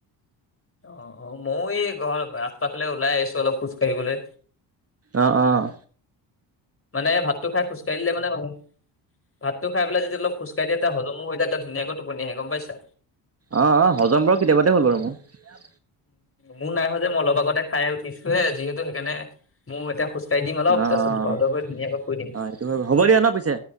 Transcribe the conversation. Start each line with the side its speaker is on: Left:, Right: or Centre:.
Left: অ অ ময়ও এই ঘ ৰাস্তা ফালে ওলাই আহিছো অলপ খোজ কাঢ়িবলৈ
Right: অঁ অঁ।
Left: মানে ভাতটো খাই খোজকাঢ় দিলে মানে মানে। ভাতটো খাইেলাই য অলপ খোজকাঢ়িয়তি হমো হৈ যায় টা ধুনীয়াকৈ টোপনি আহে গম পাইছা।
Right: আহ আহ হজম বোৰু কেতিয়াবাতে হ'ল বাৰু মোৰ।
Left: মোৰ নাই হয়য় যে মই অলপ আগতে খাই উঠিছোহে যিহেতু সেইকাৰণে মোৰ এতি খোজকাঢ় দিম অলপ
Right: অ', অ'।
Left: তাৰপাছত ঘলেগৈ ধুনীয়াকৈ প দিম।
Right: অ', সেইটো হয় হ'ব দিয়া ন' পিছে।